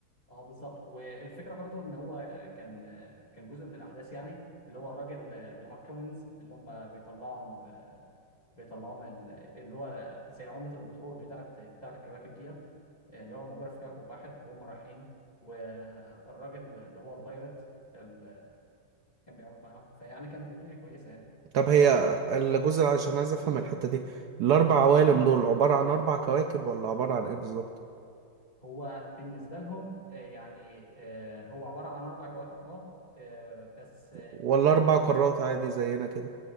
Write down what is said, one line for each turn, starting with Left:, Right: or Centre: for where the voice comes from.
Left: اه بالظبط والفكره برضو ان هو كان كان جزء من الاحداث يعني اللي هو الراجل الهاركوننز اللي هم بيطلعهم بيطلعهم ال- اللي هو زي عمله البترول بتاعت بتاعت الكواكب ديت اللي هو موجوده في كوكب واحد وهم رايحين والراجل اللي هو البايرت اللي كان بيقعد معاهم فيعني كانت الدنيا كويسه يعني
Right: طب هي الجزء عشان عايز افهم الحتة دي الاربع عوالم دول عبارة عن اربع كواكب ولا عبارة عن ايه بالظبط
Left: هو بالنسبه لهم آه، يعني آه، هو عباره عن اربع كواكب اه آه، بس
Right: ولا اربع قارات عادي زينا كده